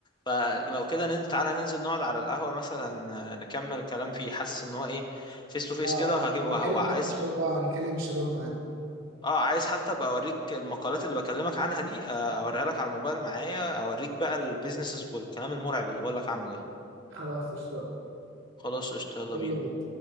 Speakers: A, on the left; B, on the right.
A: فلو كده ننزل تعالى ننزل نقعد على القهوه مثلا آه، نكمل الكلام فيه حاسس ان هو ايه فيس تو فيس
B: اه
A: كده وهجيب
B: نكلم
A: وه- وعايز
B: حتى الشباب اه نكلم الشباب معانا
A: اه عايز حتى ابقى اوريك المقالات اللي بكلمك عنها دي آه، اوريها لك على الموبايل معايا اوريك بقى البيزنسز والكلام المرعب اللي بقول لك عنه ده
B: خلاص اشتغل
A: خلاص قشطه يلا
B: يلا
A: بينا
B: بينا